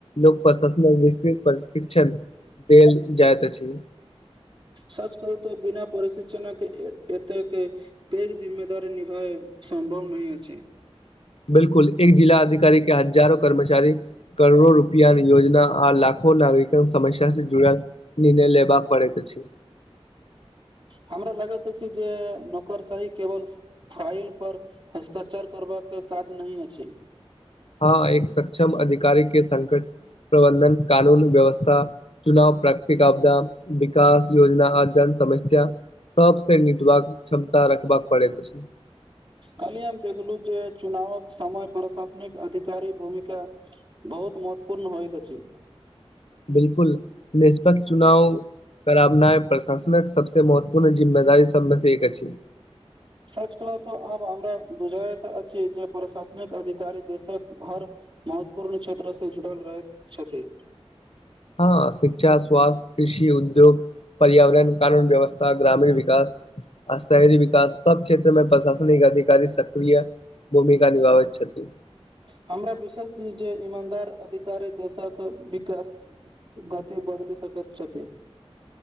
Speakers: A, on the left; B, on the right.
A: लोक प्रशासन मे विस्तृत प्रशिक्षण देल जाइत अछि
B: सच कहू तऽ बिना पशिक्षनक एत एतके फेर जिम्ममेदारी निभाय सम्भव नहि अछि
A: बिल्कुल एक जिला अधिकारी के हजारो कर्मचारी करोड़ो रुपया योजना आ लाखो नागरिक समस्या से जुड़ल निर्णय लेबाक पड़ैत अछि
B: हमरा लगैत छै जे नौकर सही केवल फाईल पर हस्ताक्षर करबाक काज नहि अछि
A: हँ एक सक्षम अधिकारी के संकट प्रबन्धन कानून व्यवस्था चुनाव प्रकृित आपदा विकास योजना आ जन समस्या सबसँ मिथिलाक क्षमता रखबाक पड़ैत अछि
B: कलहि हम देखलहु जे चुनावक समय प्रशासनिक अधिकारी भूमिका बहुत महत्वपूर्ण होयत अछि
A: बिल्कुल निष्पक्ष चुनाव करबना प्रशासन सबसँ महत्वपूर्ण जिम्मेदारी सबमे से एक अछि
B: सच कहलहु तऽ आब हमरा बुझायत अछि जे प्रशासनिक अधिकारी देशक हर महत्वपूर्ण क्षेत्र से जुड़ल रहैत छथि
A: हँ शिक्षा स्वास्थ्य कृषि उद्योग पर्यावरण कानून व्यवस्था ग्रामीण विकास आ शहरी विकास सब क्षेत्रमे प्रशासनिक अधिकारी सक्रिय भूमिका निभाबै छथि
B: हमरा विशेष जे ईमानदार अधिकारी देशक विकास गति बदलि सकैत छथि